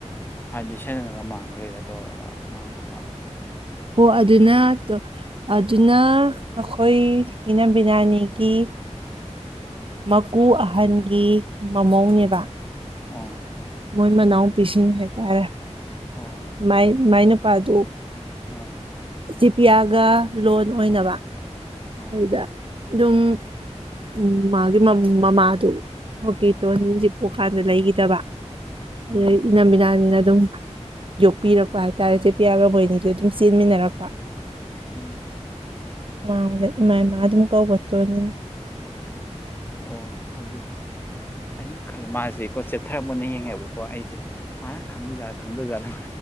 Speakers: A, on the left (about 15°); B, on the right (about 45°).
A: ꯍꯥꯏꯗꯤ ꯁꯅꯅꯒ ꯃꯥꯡꯈ꯭ꯔꯦꯒ ꯇꯧꯔꯒ ꯑꯉꯥꯡ ꯂꯧ ꯂꯥꯛꯄꯗꯣ
B: ꯍꯣ ꯑꯗꯨꯅ ꯑꯗꯨꯅ ꯑꯩꯈꯣꯏ ꯏꯅꯝꯕꯤꯅꯥꯅꯤꯒꯤ ꯃꯀꯨ
A: ꯑꯪ
B: ꯑꯍꯟꯒꯤ ꯃꯃꯧꯅꯦꯕ
A: ꯎꯝ ꯑꯣ
B: ꯃꯣꯏ ꯃꯅꯥꯎꯄꯤꯁꯤꯡ ꯍꯥꯏꯇꯥꯔꯦ
A: ꯑꯣ
B: ꯃꯥꯏ ꯃꯥꯏ ꯅꯨꯄꯥ ꯑꯗꯨ
A: ꯑꯥ
B: ꯁꯤꯖꯤ ꯄꯤ ꯑꯥꯒ ꯂꯣꯟ ꯑꯣꯏꯅꯕ
A: ꯑꯥ
B: ꯑꯗꯨꯗ ꯑꯗꯨꯝ ꯎꯝ ꯃꯥꯒꯤ ꯃꯃꯥꯗꯨ ꯃꯒꯤꯦ ꯇꯣꯔꯅꯤꯟꯁꯤ ꯄꯣꯛꯀꯥꯟꯗ ꯂꯩꯈꯤꯗꯕ
A: ꯎꯝ
B: ꯑꯗꯩ ꯏꯅꯝꯕꯤꯅꯥꯅꯤꯅ ꯑꯗꯨꯝ ꯌꯣꯛꯄꯤꯔꯛꯄ ꯍꯥꯏꯇꯥꯔꯦꯁꯦ ꯄꯌꯥꯒ ꯃꯣꯏꯅꯤꯗ ꯑꯗꯨꯝ ꯆꯦꯟꯃꯤꯟꯅꯔꯛꯄ
A: ꯎꯝ
B: ꯎ ꯃꯥ ꯂꯩ ꯏꯃꯥ ꯏꯃ ꯑꯗꯨꯗ ꯃꯨꯀꯕꯠꯇꯅꯤꯅ
A: ꯑꯣ ꯑꯗꯨ ꯑꯩꯅ ꯈꯜꯂꯦ ꯃꯥꯁꯤꯀꯣ ꯆꯦꯠꯊꯔ ꯃꯟꯅ ꯌꯦꯡꯉꯦꯕꯀꯣ ꯀꯣ ꯑꯩꯁꯦ ꯃꯥꯅ ꯈꯪꯉꯤꯖꯥꯠꯂ ꯈꯪꯗꯖꯥꯠ ꯑꯗꯨ